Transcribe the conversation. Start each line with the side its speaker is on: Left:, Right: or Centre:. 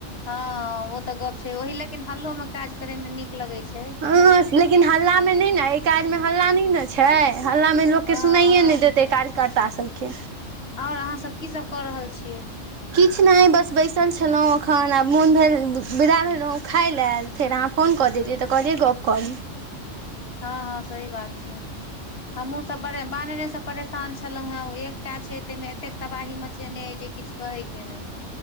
Left: हँ ओ तऽ गप छै ओह लेकिन हल्लो में काज करे मे नीक लगे छै कि
Right: हँ
Left: <unintelligible>
Right: लेकिन हल्ला मे नइ ने एहि काज मे हल्ला नइ ने छै हल्ला मे लोक के
Left: हँ
Right: सुनाइये
Left: हँ
Right: ने नय देते काज कर्ता सबके
Left: ओर अहाँ सब की सब कऽ रहल छियै।
Right: किछ नैय बस बैसल छेलौ अखन आ मोन भेल विदा भेलौ खाय लेल फेर आहाँ फोनऽ क देलियै तऽ कहलियै गप कली
Left: ह ह सही बात छै हमहुँ सब बड़ बानरे सब परेशान छलहुं हें एकटा छै ते मे एतेक तबाही मचेने ह जे किछ कहै के नै।